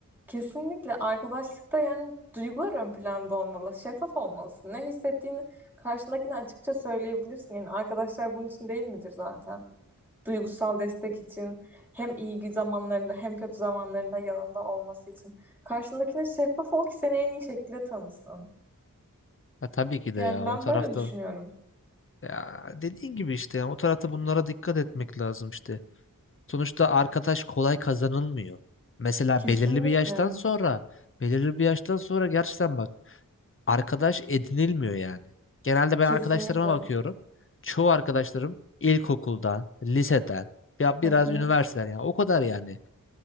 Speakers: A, in the centre; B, on the left.
A: Kesinlikle arkadaşlıkta yani duygular ön planda olmalı. Şeffaf olmalısın. Ne hissettiğini karşındakine açıkça söyleyebilirsin. Yani arkadaşlar bunun için değil midir zaten? Duygusal destek için hem iyi zamanlarında hem kötü zamanlarında yanında olması için. Karşındakine şeffaf ol ki seni en iyi şekilde tanısın.
B: Ha, tabii ki
A: Yani
B: de ya
A: ben
B: o tarafta
A: böyle düşünüyorum.
B: Ya dediğin gibi işte yani o tarafta bunlara dikkat etmek lazım işte. Sonuçta arkadaş kolay kazanılmıyor. Mesela
A: Kesinlikle.
B: belirli bir yaştan sonra, belirli bir yaştan sonra gerçekten bak arkadaş edinilmiyor yani. Genelde ben
A: Kesinlikle.
B: arkadaşlarıma bakıyorum. Çoğu arkadaşlarım ilkokuldan, liseden, ya biraz
A: Hı hı,
B: üniversiteden yani o kadar yani